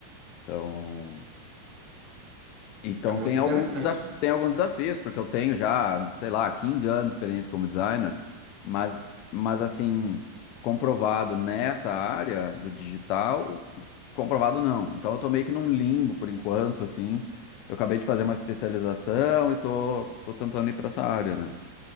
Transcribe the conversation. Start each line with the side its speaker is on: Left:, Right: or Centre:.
Left: Então Então
Right: É muito
Left: tem alguns,
Right: interessante.
Left: desaf tem alguns desafios, porque eu tenho já, sei lá, 15 anos de experiência como designer, mas, mas assim, comprovado nessa área do digital, comprovado não. Então eu tô meio que num limbo por enquanto, assim. Eu acabei de fazer uma especialização e tô, tô tentando ir para essa área, né?